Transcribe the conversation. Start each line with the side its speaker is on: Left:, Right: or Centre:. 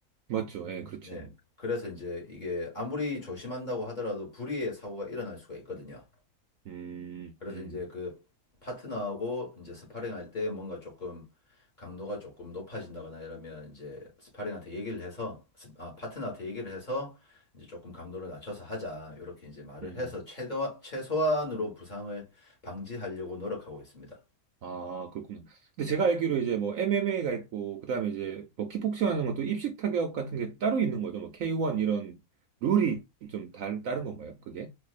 Right: 맞죠? 예, 그렇죠.
Left: 네. 그래서 이제 이게 아무리 조심한다고 하더라도 불의의 사고가 일어날 수가 있거든요.
Right: 음,
Left: 그래서
Right: 음,
Left: 이제 그 파트너하고 이제 스파링할 때 뭔가 조금 강도가 조금 높아진다거나 이러면 이제 스파링한테 얘기를 해서 스- 아, 파트너한테 얘기를 해서 이제 조금 강도를 낮춰서 하자 이렇게 이제 말을
Right: 음.
Left: 해서 최대 최소한으로 부상을 방지하려고 노력하고 있습니다.
Right: 아, 그렇구나. 근데 제가 알기로 이제 뭐 MMA가 있고 그다음에 이제 뭐 킥복싱 하는 것도 입식 타격 같은 게 따로 있는 거죠. 뭐 K1 이런 룰이 좀 다른 다른 건가요? 그게?